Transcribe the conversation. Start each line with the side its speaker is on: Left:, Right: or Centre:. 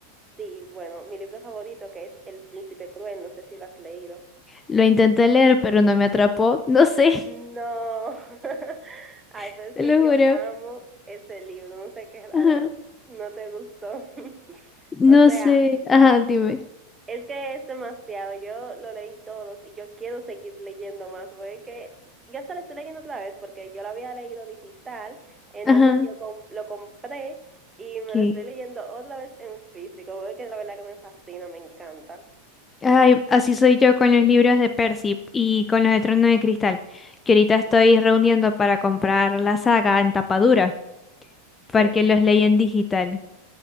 Right: Sí, bueno, mi libro favorito que es El Príncipe Cruel, no sé si lo has leído.
Left: Lo intenté leer, pero no me atrapó. No sé,
Right: No. <laughs> Ay,
Left: <laughs>
Right: pero es
Left: te
Right: que
Left: lo
Right: yo
Left: juro.
Right: amo ese libro. No sé qué raro.
Left: Ajá.
Right: No te gustó. <laughs>
Left: No
Right: O sea,
Left: sé. Ajá, dime.
Right: es que es demasiado. Yo lo leí todos y yo quiero seguir leyendo más. Porque es que ya hasta lo estoy leyendo otra vez porque yo lo había leído digital. Entonces
Left: Ajá.
Right: yo com- lo compré y me
Left: ¿Qué?
Right: lo estoy leyendo otra vez en físico. Porque la verdad que me fascina, me encanta.
Left: Ay, así soy yo con los libros de Percy y con los de Trono de Cristal, que ahorita estoy reuniendo para comprar la saga en tapadura, porque
Right: Oh, qué
Left: los
Right: chulo.
Left: leí en digital.